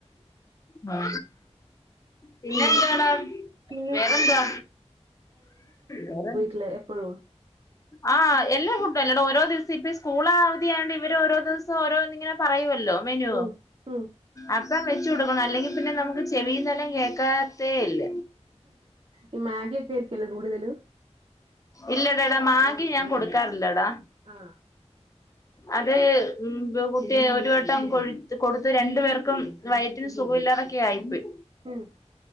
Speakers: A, on the left; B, on the right.
A: ആ പിന്നെ
B: അങ്ങനെ
A: എന്തടാ
B: പിന്നെ
A: വേറെന്താ വേറെ
B: ല്ലെ എപ്പോഴും
A: ആഹ് എല്ല ഫുഡും അല്ലാണ്ട്. ഓരോ ദിവസം ഇപ്പോ സ്കൂൾ അവധി ആയോണ്ട് ഇവര് ഓരോ ദിവസം ഓരോന്നിങ്ങനെ പറയുമല്ലോ മെനുവോ
B: ഉം ഉം
A: അപ്പോ വെച്ച് കൊടുക്കണം അല്ലെങ്കി പിന്നെ നമുക്ക് ചെവിയും തലയും കേക്കാത്തേ ഇല്ല
B: ഈ മാഗിയൊക്കെ ആയിരിക്കല്ലോ കൂടുതലും
A: ഇല്ലടേടാ മാഗി ഞാൻ കൊടുക്കാറില്ലേടാ
B: ആഹ്
A: അത് ഉം കുട്ടി ഒരു വട്ടം കൊഴു കൊടുത്ത് രണ്ടു പേർക്കും വയറ്റിന് സുഖയില്ലാതൊക്കെ ആയിപ്പോയി.
B: ഉം